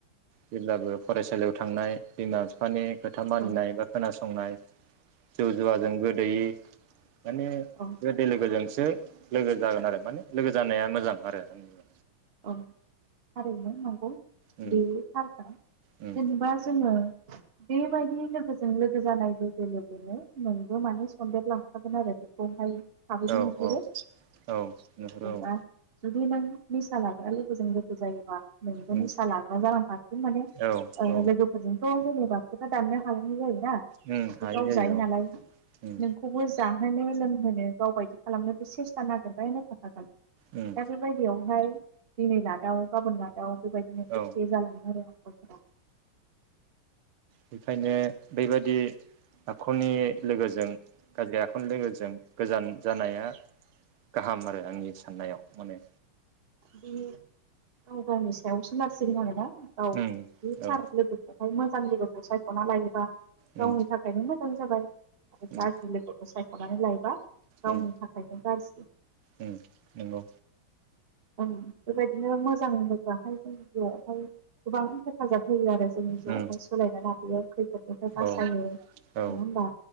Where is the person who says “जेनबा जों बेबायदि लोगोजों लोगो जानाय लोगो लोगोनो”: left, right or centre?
Right